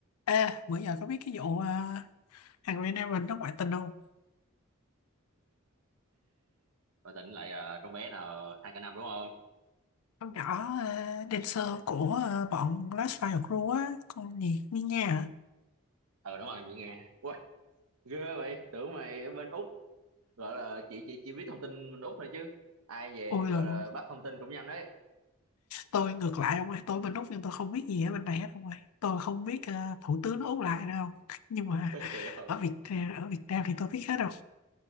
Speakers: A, on the left; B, on the right.
A: Ê, bữa giờ có biết cái vụ uh, Henry Nevin nó ngoại tình không?
B: rồi tỉnh lại ờ, trong bé nào hai cả năm đúng không
A: Con nhỏ ờ, dancer của ờ, bọn Last Fire Crew á, con gì Mia à?
B: ờ đúng rồi bị nghe ui ghê vậy tưởng mày ở bên Úc gọi là chị chị chỉ biết thông tin bên Úc thôi chứ ai về
A: Ôi rồi
B: gọi là
A: ôi,
B: bắt thông tin cũng nhanh đấy
A: tôi ngược lại ông ơi, tôi bên Úc nhưng tôi không biết gì ở bên này hết ông ơi. Tôi không biết ờ, thủ tướng Úc lại đâu. Nhưng mà
B: <laughs> thì không
A: ở Việt ờ, ở Việt Nam thì tôi biết hết đâu.